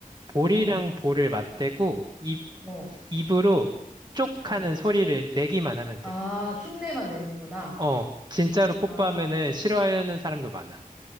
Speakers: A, on the right; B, in the centre.
A: 볼이랑
B: 응,
A: 볼을 맞대고 입,
B: 어,
A: 입으로 쪽
B: 어.
A: 하는 소리를 내기만 하면
B: 아,
A: 돼.
B: 흉내만 내는구나.
A: 어, 진짜로 뽀뽀하면은
B: 아.
A: 싫어하는 사람도 많아.